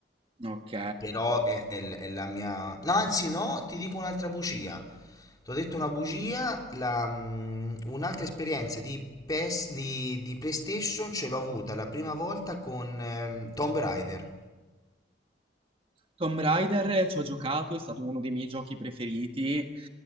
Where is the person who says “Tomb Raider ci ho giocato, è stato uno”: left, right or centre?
Right